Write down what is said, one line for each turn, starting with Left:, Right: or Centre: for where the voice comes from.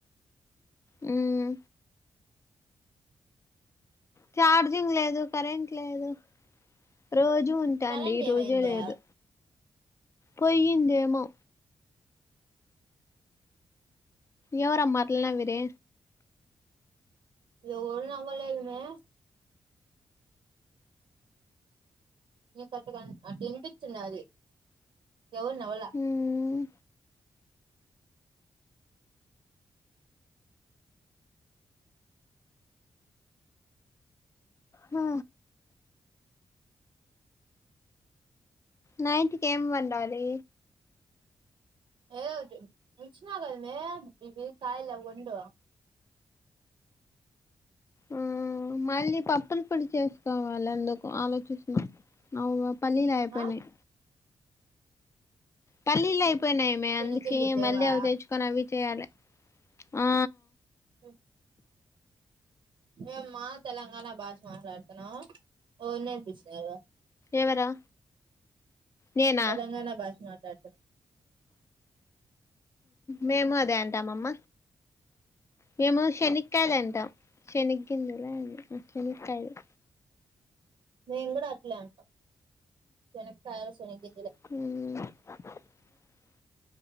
Left: మ్ చార్జింగ్ లేదు కరెంట్ లేదు రోజు రోజు ఉంటాండి
Right: కరెంట్
Left: ఈ
Right: ఏమైందా
Left: రోజే లేదు పొయ్యిందేమో ఎవరమ్మ అట్లా నవ్విరి
Right: ఎవల్ నమ్మలేదు మే నీకు అట్ల కని అట్ల వినిపిచింది అది ఎవరు నవల
Left: మ్మ్ హ నైటికి ఏం వండాలి
Right: ఏదోఓటి ఇచ్చినగదమ్మే ఇవి కయల్ అండో
Left: మ్మ్ మళ్ళీ పప్పుల పొడి చేసుకోవాలి అందుకు ఆలోచిస్తున్న అవు పల్లిలు అయిపోయినాయ్
Right: ఆ
Left: పల్లీళ్లు అయిపోయినాయమే
Right: శనిగింజలు
Left: అందుకే
Right: లేవా
Left: మళ్ళీ అవి తెచ్చుకొని అవి చేయాలె ఆ
Right: ఉ ఏమ్మా తెలంగాణ భాష మాట్లాడుతున్నావ్ ఎవల్ నేర్పించినారు.
Left: ఎవరా నేనా
Right: తెలంగాణ భాష మాట్లాడుతున్నావు
Left: మేము అదే అంటాం మమ్మ మేము శనక్కాయలు అంటాం శనగింనాలా శనక్కయలు
Right: మేము కూడా అట్లే అంటాం శనక్కయలు శనెగి
Left: మ్